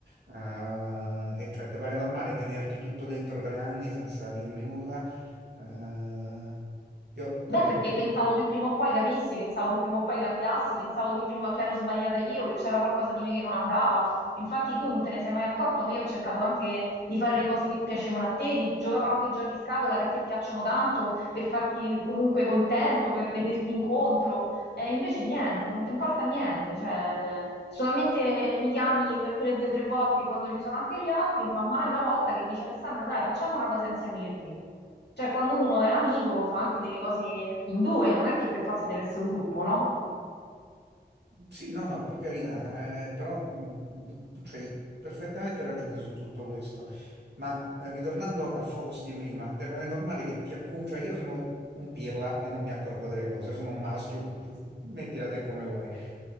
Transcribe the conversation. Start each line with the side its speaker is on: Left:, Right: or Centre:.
Right: Eh, e cioè, ti pare normale tenerti tutto dentro tre anni senza dirmi nulla? Eh, io t'ho
Left: Beh,
Right: detto,
Left: perché pensavo che prima o poi capissi, pensavo che prima o poi cambiassi, pensavo che prima che ero sbagliata io, che c'era qualcosa di me che non andava. Infatti tu non te ne sei mai accorto, ma io ho cercato anche di fare le cose che piacevano a te, di, giocavo anche ai giochi scatola che a te piacciono tanto, per farti comunque contento, per venirti incontro. E invece niente, non ti importa niente, cioè, eh, solamente mi chiami per quelle due o tre volte quando ci sono anche gli altri, ma mai una volta che dici Alessandra, dai, facciamo una cosa insieme io e te. Cioè, quando uno è amico fa anche delle cose in due, non è che per forza deve essere un gruppo, no?
Right: Sì, no, no, per carità, eh, però mm, tu c'hai perfettamente ragione su tutto questo, ma eh, ritornando al focus di prima, te pare normale che ti accumuli, cioè io sono un pirla e non mi accorgo delle cose, sono un maschio, <laughs> mettila te come vuoi.